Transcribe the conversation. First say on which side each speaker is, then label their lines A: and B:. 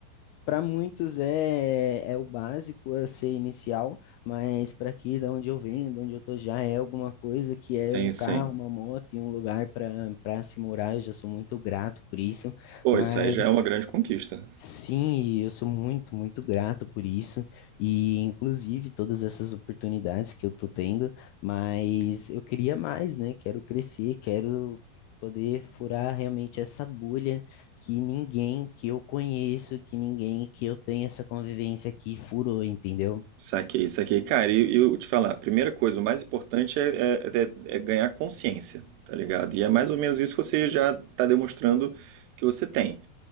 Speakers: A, on the left; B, on the right.
A: para muitos é, é o básico a ser inicial, mas para aqui, da onde eu venho, de onde eu tô já é alguma coisa que
B: Sim,
A: é um carro,
B: sim.
A: uma moto e um lugar para para se morar. Eu já sou muito grato por isso,
B: Pô,
A: mas.
B: isso aí já é uma grande conquista.
A: Sim, e eu sou muito, muito grato por isso, e inclusive todas essas oportunidades que eu tô tendo, mas eu queria mais, né? Quero crescer, quero poder furar realmente essa bolha que ninguém que eu conheço, que ninguém que eu tenho essa convivência aqui furou, entendeu?
B: Saquei, saquei. Cara, e e eu te falar, a primeira coisa, o mais importante é, é- é- é ganhar consciência, tá ligado? E é mais ou menos isso que você já tá demonstrando que você tem.